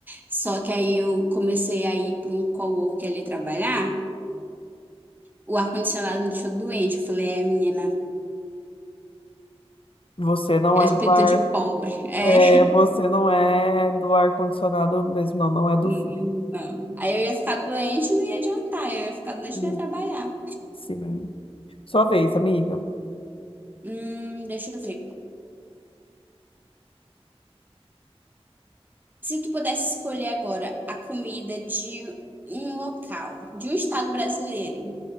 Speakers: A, on the right (about 15°); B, on the left (about 55°).
A: Só que aí eu comecei a ir para um coworker ali trabalhar, o ar-condicionado me deixou doente. Eu falei, é, menina,
B: Você não
A: é
B: é
A: espírito
B: do ar,
A: de pobre. É,
B: é, você não é do ar condicionado mesmo, não, não é do
A: <laughs>
B: frio.
A: não. Aí eu ia ficar doente e não ia adiantar, eu ia ficar doente
B: Hum,
A: e não ia trabalhar.
B: Sim. Sua vez, amiga.
A: Hum, deixa eu ver. Se tu pudesse escolher agora a comida de um local, de um estado brasileiro,